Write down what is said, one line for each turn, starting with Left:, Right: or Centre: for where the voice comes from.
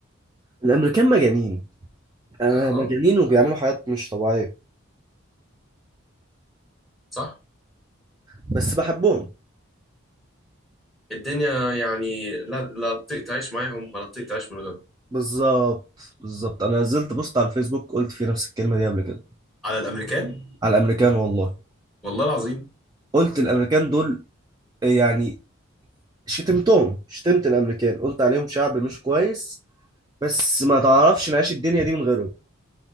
Right: الامريكان مجانين آه،
Centre: اه
Right: مجانين وبيعملوا حاجات مش طبيعيه
Centre: صح
Right: بس بحبهم
Centre: الدنيا يعني لا لا تطيق تعيش معاهم ولا تطيق تعيش من غيرهم
Right: بالظبط بالظبط انا نزلت بوست على الفيسبوك قلت فيه نفس الكلمه دي قبل كده
Centre: على الأمريكان
Right: على الامريكان والله
Centre: والله العظيم
Right: قلت الامريكان دول يعني شتمتهم شتمت الامريكان قلت عليهم شعب مش كويس بس ما تعرفش نعيش الدنيا دي من غيرهم